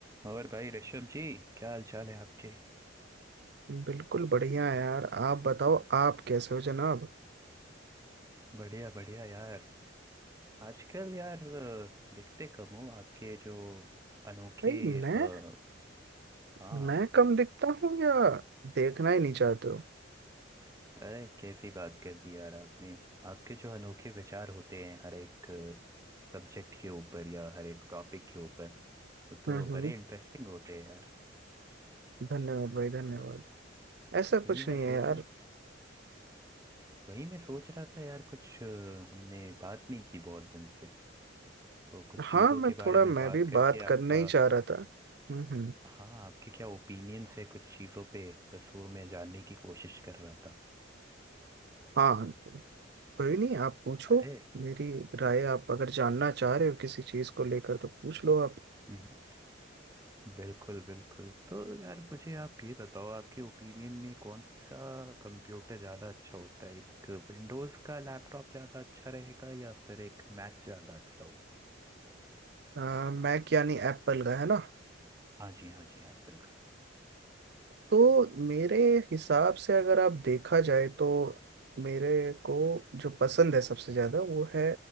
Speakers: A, on the right (about 15°); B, on the right (about 55°).
A: और भाई ऋषभ जी क्या हाल चाल है आपके
B: बिल्कुल बढ़िया है यार आप बताओ आप कैसे हो जनाब
A: बढ़िया बढ़िया यार आजकल यार अ, दिखते कम हो आपके जो अनोखे
B: भाई
A: अ,
B: मैं
A: हाँ
B: मैं कम दिखता हूँ या देखना ही नहीं चाहते हो
A: अरे कैसी बात कर दी यार आपने आपके जो अनोखे विचार होते हैं हर एक सब्जेक्ट के ऊपर या हर एक टॉपिक के ऊपर वो तो
B: हम्म
A: बड़े
B: हम्म,
A: इंटरेस्टिंग होते हैं यार
B: धन्यवाद भाई धन्यवाद ऐसा
A: वही
B: कुछ नहीं
A: मैं
B: है
A: सोच
B: यार
A: रहा वही मैं सोच रहा था यार कुछ अ, हमने बात नहीं की बहुत दिन से तो कुछ
B: हाँ
A: चीज़ों
B: मैं
A: के बारे
B: थोड़ा
A: में
B: मैं
A: बात
B: भी
A: करके
B: बात करना
A: आपका
B: ही चाह रहा था हम्म हम्म,
A: हाँ आपके क्या ओपिनियंस है कुछ चीज़ों पे बस वो मैं जानने की कोशिश कर रहा था
B: हाँ कोई नहीं आप पूछो
A: अरे
B: मेरी राय आप अगर जानना चाह रहे हो किसी चीज़ को लेकर तो पूछ लो आप
A: हम्म। बिल्कुल बिल्कुल तो यार मुझे आप ये बताओ आपके ओपिनियन में कौन सा कंप्यूटर ज़्यादा अच्छा होता है एक विंडोज़ का लैपटॉप ज़्यादा अच्छा रहेगा या फिर एक मैक ज़्यादा अच्छा होगा
B: आ, मैक यानी एप्पल का है ना
A: हाँ जी हाँ जी एप्पल का
B: तो मेरे हिसाब से अगर आप देखा जाए तो मेरे को जो पसंद है सबसे ज्यादा वो है